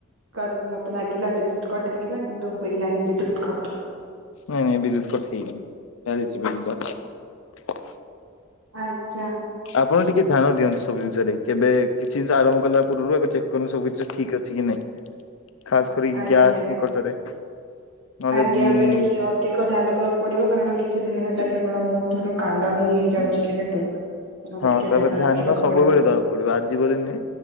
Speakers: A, on the right; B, on the left.
A: ଆଜ୍ଞା ମତେ ଲାଗିଲା ବିଦ୍ୟୁତ କଟ୍ ହେଇଗଲା କିନ୍ତୁ ହୋଇନାହିଁ ବିଦ୍ୟୁତ କଟ୍।
B: ନାଇଁ ନାଇଁ ବିଦ୍ୟୁତ କଟ୍ ହେଇନି ଚାଲିଛି ବିଦ୍ୟୁତ ଅଛି।
A: ଆଜ୍ଞା।
B: ଆପଣ ଟିକେ ଧ୍ୟାନ ଦିଅନ୍ତି ସବୁ ଜିନିଷରେ କେବେ କିଛି ଜିନିଷ ଆରମ୍ଭ କଲା ପୂର୍ବରୁ ଏକ ସବୁ କିଛି ଠିକ୍ ଅଛି କି ନାଇଁ। ଖାସ୍ କରି
A: ଆଜ୍ଞା।
B: ଗ୍ୟାସ୍ ନିକଟରେ। ନହେଲେ
A: ଆଜ୍ଞା
B: ଉଁ
A: ଏବେ ଟିକେ ଅଧିକ ଧ୍ୟାନ ଦବାକୁ ପଡିବ କାରଣ କିଛି ଦିନ ହେଲା କେବଳ ମୋ ଠାରୁ କାଣ୍ଡ ହିଁ ହେଇଯାଉଛି ଯେହେତୁ ତ ମତେ
B: ହଁ
A: ଟିକେ
B: ତାପରେ ଧ୍ୟାନ
A: ରଖିବାକୁ
B: ସବୁବେଳେ
A: ପଡିବ।
B: ଦବାକୁ ପଡିବ ଆଜିିବ ଦିନେ